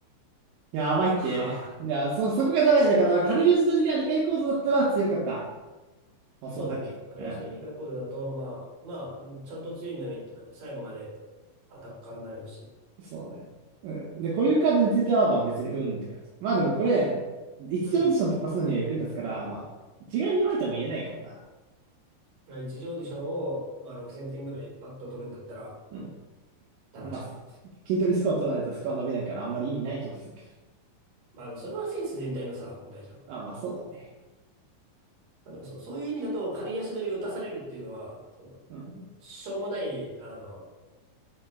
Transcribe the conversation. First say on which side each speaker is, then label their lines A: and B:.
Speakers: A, on the right (about 80°); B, on the right (about 55°).
A: やばいって。
B: はあ。
A: いや、そ、そこがダメだから、軽い打ち取りが2回構造だったら強かった。パスの先。
B: そうだね。軽い足取り二回行動だと、
A: うん。
B: まあ、まあ、うんちゃんと強いんじゃないってなる。最後までアタッカーになれるし。
A: そうね。うん。で、こういうカードについては、まあ別にうんって感じ。まあでもこれ、一次オーディション突破するのには役に立つから、
B: うん。
A: まあ、一概に言われても言えないかもな。
B: まあ、一次オーディションを、まあ、6000点ぐらいパッと取るんだったら、
A: うん。
B: って話かな。
A: まあ、均等にスコア取らないとスコア伸びないから、あんまり意味ない気もするけど。
B: まあ、でもそれはセンス全体のさ、問題じゃん。
A: あ、まあそうだね。
B: まあ、でもそう、そういう意味だと、軽い足取りを打たされるっていうのは、その、
A: うん。
B: しょうもない、あの、